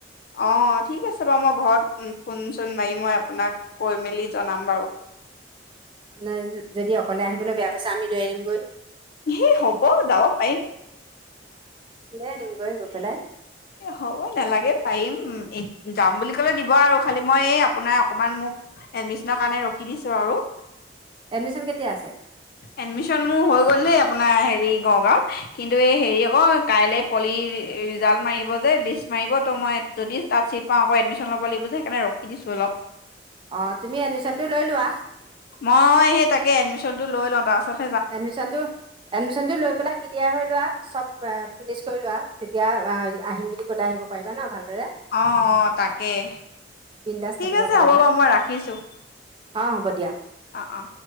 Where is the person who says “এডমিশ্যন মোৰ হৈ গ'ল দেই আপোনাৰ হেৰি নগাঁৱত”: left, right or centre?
Left